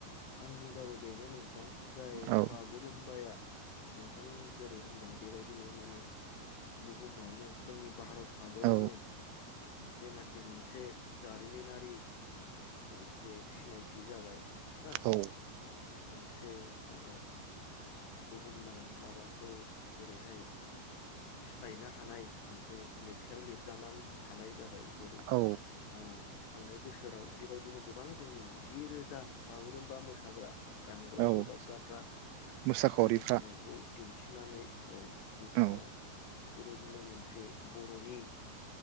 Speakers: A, on the left (about 70°); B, on the right (about 85°).
A: आंनिबाबो बेनो नोंथां। जाय
B: आरो औ
A: बागुरुम्बाया नोंथां जेरै होनदों बेबायदिनो माने बुहुमावनो जोंनि भारत हादरावनो
B: औ
A: जेयनाखि मोनसे जारिमिनारि मोनसे सिनायथि जाबाय। हो
B: औ
A: औ मोनसे माने बुहुमनां माबाखौ जेरैहाय सिफायनो हानाय मोनसे लेखायाव लिरजानान थानाय जाबाय। जेरै
B: औ
A: आं जे थांनाय बोसोराव बेबायदिनो गोबां जोंनि जि रोजा बागुरुम्बा मोसाग्रा। दामग्रा
B: औ
A: आरो जावग्राफ्रा।
B: मोसाखावरिफ्रा
A: जाय मोसानायखौ दिन्थिनानै। औ बुहुमाव
B: औ
A: बेबायदिनो मोनसे से बर'नि